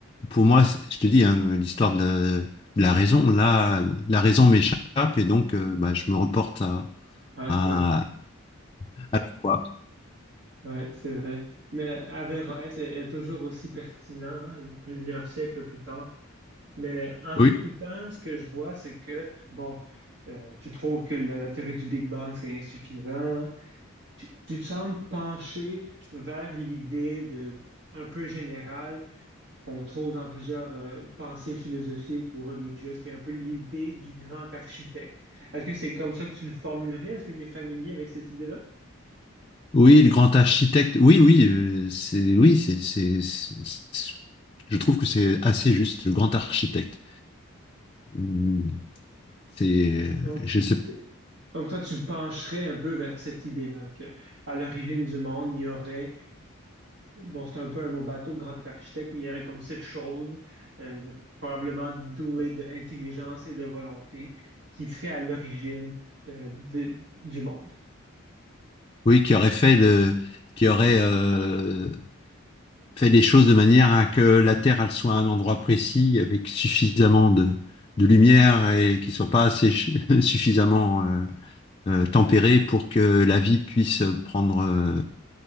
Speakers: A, on the left; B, on the right.
A: pour moi, c'est- je te dis, hein, l'histoire de la, de la raison, là, la raison m'échappe et donc euh, bah, je me reporte à,
B: à la
A: à,
B: fois.
A: à la foi.
B: Ouais, c'est vrai. Mais Averroès est, est toujours aussi pertinent, hein, plusieurs siècles plus tard. Mais en
A: Oui,
B: t'écoutant, ce que je vois, c'est que, bon, euh, tu trouves que le- la théorie du Big Bang, c'est insuffisant. Tu, tu te sembles pencher vers l'idée de, un peu générale qu'on trouve dans plusieurs euh, pensées philosophiques ou religieuses, qui est un peu l'idée du grand architecte. Est-ce que c'est comme ça que tu le formulerais? Est-ce que tu es familier avec cette idée-là?
A: oui, le grand architecte. Oui, oui, euh, c'est, oui, c'est, c'est, c'est- c'est- je trouve que c'est assez juste, le grand architecte. Hum, C'est,
B: Donc,
A: je sais pas,
B: c'est- Donc toi, tu pencherais un peu vers cette idée-là, que à l'origine du monde, il y aurait Bon, c'est un peu un mot bateau, grand architecte, mais il y aurait comme cette chose, euh, probablement douée d'intelligence et de volonté, qui serait à l'origine, euh, de- du monde.
A: oui, qui aurait fait le, qui aurait, euh, fait les choses de manière à que la Terre elle soit à un endroit précis avec suffisamment de, de lumière et qui soit pas assez ch- <laughs> suffisamment euh, euh, tempéré pour que la vie puisse prendre, euh,